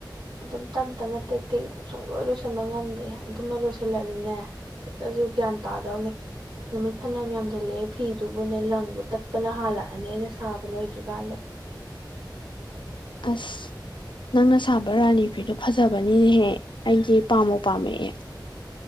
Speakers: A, on the right (about 75°); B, on the left (about 85°).
A: ꯑꯗꯨꯝ ꯇꯞ ꯇꯞꯅ ꯇꯦꯛ ꯇꯦꯛ ꯁꯨꯡꯂꯣꯏ ꯂꯣꯏꯁꯤꯟꯕ ꯉꯝꯗꯦ ꯑꯗꯨꯃ ꯂꯣꯏꯁꯤꯜꯂꯛꯗꯤꯅꯦ ꯈꯤꯇꯁꯨ ꯒ꯭ꯌꯥꯟ ꯇꯥꯗꯧꯅꯦ ꯅꯨꯃꯤꯠ ꯐꯅꯌꯥꯝ ꯌꯥꯝꯁꯤꯜꯂꯛꯑꯦ ꯐꯤꯗꯨꯕꯨꯅꯦ ꯂꯪꯕꯨ ꯇꯠꯄꯅ ꯍꯥꯜꯂꯛꯑꯅꯤ ꯑꯩꯅ ꯁꯥꯕ ꯂꯣꯏꯗ꯭ꯔꯤꯀꯥꯟꯗ
B: ꯑꯁ ꯅꯪꯅ ꯁꯥꯕ ꯔꯥꯅꯤ ꯐꯤꯗꯣ ꯐꯖꯕꯅꯤꯅꯦꯍꯦ ꯑꯩꯗꯤ ꯄꯥꯝꯃꯣ ꯄꯥꯝꯃꯛꯑꯦ